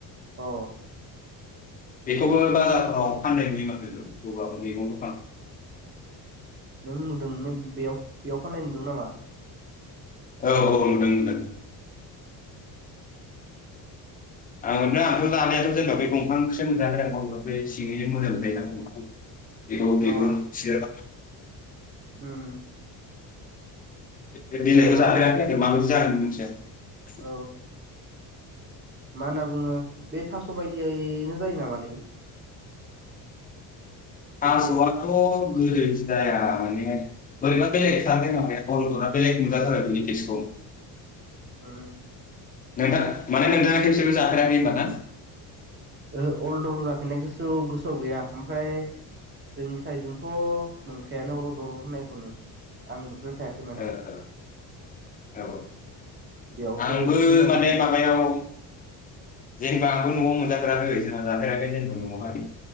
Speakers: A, on the right (about 25°); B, on the left (about 25°).
A: अ
B: बेखौबो बाजारफोराव फाननाय नुयो माथो इखोबो बबा फोर मैगं दखान
A: नों नुदों न बेयाव बेयाव फाननाय नुदों नामा?
B: औ औ नुदों नुदों ।
A: उम
B: <unintelligible> बेखौ बिगुर
A: अ
B: सेयार
A: उम
B: बे बिलाइखौ
A: ओ मा
B: जाफेराखै
A: होनो
B: माबायदि जागोन मिथिया ।
A: औ मा होनना बुङो बे थास' बायदियैनो जायो नामालै?
B: थास'आथ
A: एसे
B: गोदो जाया माने बोरैबा बेलेग थारलै माबाया अल'दरा बेलेग मोनजाथारो बेनि टेसखौ । <inaudible>
A: उम
B: नोंथां माने नोंथाङा खेबसेबो जाफेराखै होनबा ना?
A: ओहो अलदर जाफेरनाय गोसोआव गोसोआव गैया ओमफ्राय जोंनि साइदजोंथ' मोनखायानो अल'दर होननायखौनो आं नुफ खायाखै
B: ओ
A: माने
B: ओ औ
A: बेयावसो
B: आंबो
A: फैनानै
B: माने
A: नुदों
B: माबायाव जेनबा आंबो न'आव मोनजाफेराखै जोंहा जाफेराखै जेनबा न'आवहाय